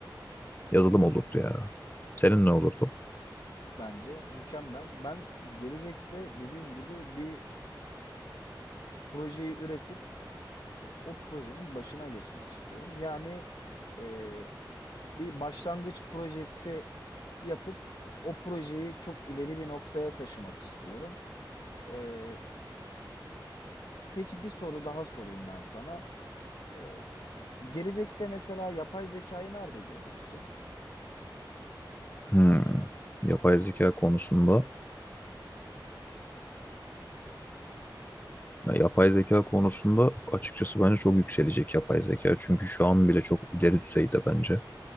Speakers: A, on the left (about 25°); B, on the left (about 80°).
A: yazılım olurdu ya. Senin ne olurdu?
B: Bence mükemmel. Ben gelecekte dediğim gibi bir e, projeyi üretip e, o projenin başına geçmek istiyorum. Yani e, bir başlangıç projesi yapıp o projeyi çok ileri bir noktaya taşımak istiyorum. Ee, peki bir soru daha sorayım ben sana. Ee, gelecekte mesela yapay zekayı nerede görüyorsun?
A: Hmm. Yapay zeka konusunda. Ya yapay zeka konusunda açıkçası bence çok yükselecek yapay zeka. Çünkü şu an bile çok ileri düzeyde bence.